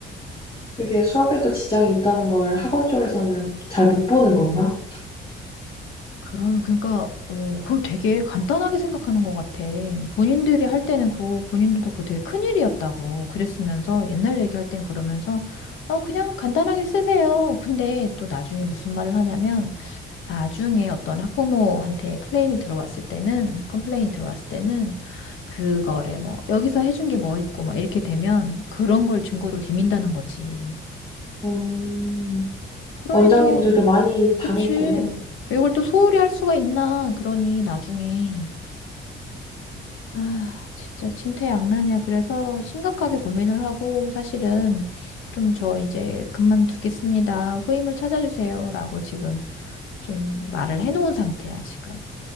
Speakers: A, on the left; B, on the left.
A: 그게 수업에도 지장이 있다는 걸 학원 쪽에서는 잘 못 보는 건가?
B: 그런 그러니까, 어, 그걸 되게 간단하게 생각하는 것 같아. 본인들이 할 때는 그, 본인들도 그거 되게 큰일이었다고. 그랬으면서, 옛날 얘기할 땐 그러면서, 어, 그냥 간단하게 쓰세요. 근데 또 나중에 무슨 말을 하냐면, 나중에 어떤 학부모한테 클레임이 들어왔을 때는, 컴플레인이 들어왔을 때는, 그거래, 뭐, 여기서 해준 게 뭐 있고, 막 이렇게 되면, 그런 걸 증거로 디민다는 거지.
A: 음,
B: 그러니
A: 원장님들도
B: 또,
A: 많이 당했구나.
B: 그치. 이걸 또 소홀히 할 수가 있나. 그러니 나중에. 아, 진짜 진퇴양난이야. 그래서 심각하게 고민을 하고 사실은 좀 저 이제 그만두겠습니다. 후임을 찾아주세요라고 지금 좀 말을 해놓은 상태야, 지금.